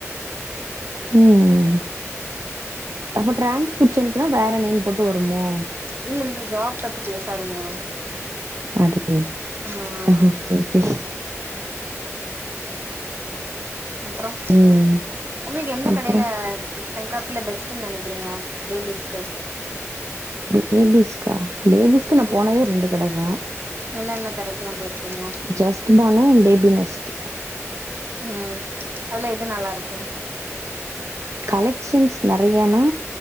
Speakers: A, on the right; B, on the right.
A: ம் அப்போ ட்ரான்ஸ்கிரிப்ஷன்க்குனா வேற நேம் போட்டு வருமோ
B: உல்ல இருந்து ஜாப் பத்தி பேசாதீங்க
A: அடே
B: ம்
A: ஓகே ஓகே
B: அப்றோம்
A: ம்
B: உங்ளுக் எந்த
A: அப்றோ
B: கடையில தென்காசியில பெஸ்ட்ன் நினைக்கிறீங்க பேபிஸ்க்கு
A: பேபீஸ் கா பேபீஸ்கு நா
B: ம்
A: போனதே ரெண்டு கட தா
B: என்னென்ன கடைக்குலா போயிருக்கீங்க
A: ஜஸ் பானு பேபினெஸ்ட்
B: ம் அல்ல எது நல்லா இருக்கு
A: கலெக்ஷன்ஸ் நிறையான்னா